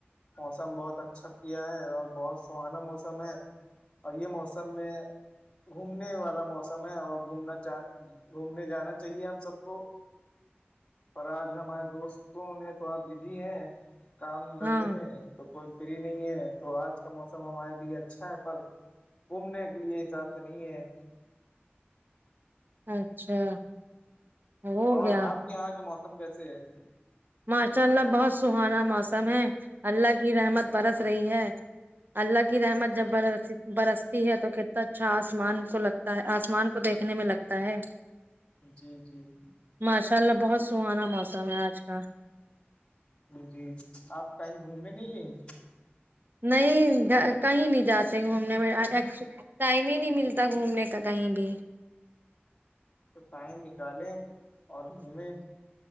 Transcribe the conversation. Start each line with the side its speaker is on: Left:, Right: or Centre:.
Left: موسم بہت اچھا کیا ہے اور بہت سہانا موسم ہے اور یہ موسم میں گھومنے والا موسم ہے اور گھومنا چ گھومنے جانا چاہیے ہم سب کو پر آج ہمارے دوستوں نے تھوڑا بزی ہے کام دھندے
Right: ہاں
Left: میں تو کوئی فری نہیں ہے تو آج کا موسم ہمارے لیے اچھا ہے پر گھومنے کے لیے حساب سے نہیں ہے
Right: اچھا ہو
Left: اور
Right: گیا
Left: آپ کے یہاں کے موسم کیسے ہے
Right: ماشاء اللہ بہت سہانا موسم ہے اللہ کی رحمت برس رہی ہے اللہ کی رحمت جب بر برسی ہے تو کتنا اچھا آسمان کو لگتا آسمان کو دیکھنے میں لگتا ہے
Left: جی جی
Right: ماشاء اللہ بہت سہانا موسم ہے آج کال
Left: جی آپ کہیں گھومنے نہیں گیں
Right: نہیں کہیں نہیں جاتے گھومنے میں ٹائم ہی نہیں ملتا گھومنے کا کہیں بھی
Left: تو ٹائم نکالے اور گھومیں